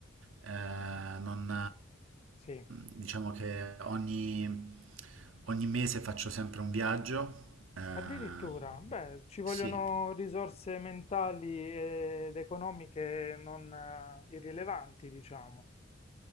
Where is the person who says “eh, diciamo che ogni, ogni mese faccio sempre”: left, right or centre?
Right